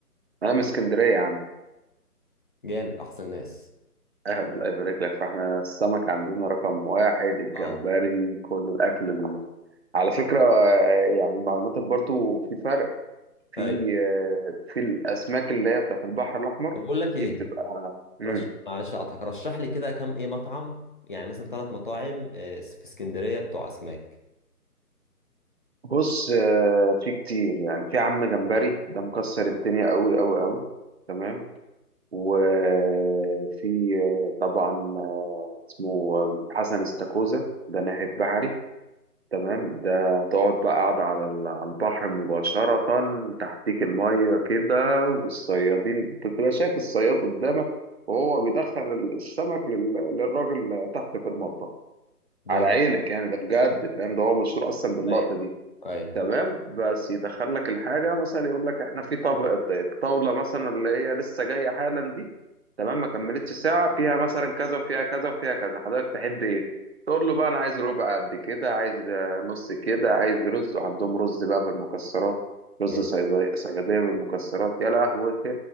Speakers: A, on the right (about 40°); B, on the left (about 35°).
A: انا من اسكندريه يا عم
B: جامد احسن ناس
A: <laughs> آه، الله يبارك لك فاحنا السمك عندنا رقم واحد الجمبري
B: اه
A: كل الاكل ال... على فكره آه، يعني معلوماتك برضو في فرق في
B: ايوه
A: آه، في الاسماك اللي هي بتاعت البحر الاحمر
B: طب بقول لك
A: دي
B: ايه
A: بتبقى مم.
B: رش معلش اقطعك رشح لي كده كام ايه مطعم يعني مثلا ثلاث مطاعم آه، في اسكندريه بتوع اسماك
A: بص آه، في كتير يعني في عم جمبري ده مكسر الدنيا قوي قوي قوي تمام وفي آه، طبعا آه، اسمه حسن استاكوزا ده ناحية بحري تمام ده تقعد بقى قاعد على ال- على البحر مباشرة تحتيك المية كده والصيادين بتبقى شايف الصياد قدامك وهو بيدخل ال- السمك لل- للراجل تحت في المطبخ
B: جامد
A: على عينك يعني ده بجد فاهم ده هو مشهور أصلا باللقطة
B: ايوه
A: دي
B: ايوه
A: تمام بس يدخل لك الحاجة مثلا يقول لك احنا في طبق الطاولة مثلا اللي هي لسه جاية حالا دي تمام ما كملتش ساعة فيها مثلا كذا وفيها كذا وفيها كذا حضرتك تحب ايه؟ تقول له بقى انا عايز ربع قد كده عايز آه، نص كده عايز رز وعندهم رز بقى بالمكسرات رز
B: جامد.
A: صيادية صيادية بالمكسرات يا لهوتي